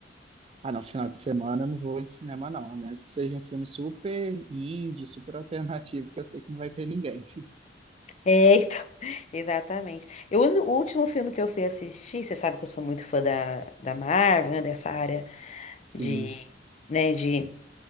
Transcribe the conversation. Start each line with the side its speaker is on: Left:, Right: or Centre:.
Right: Ah, não, final de semana eu não vou em cinema, não. A menos que seja um filme super indie, super alternativo, que eu sei que não vai ter ninguém.
Left: É, então, <laughs> exatamente. Eu, o último filme que eu fui assistir, você sabe que eu sou muito fã da, da Marvel, né, dessa área
Right: Sim.
Left: de, né, de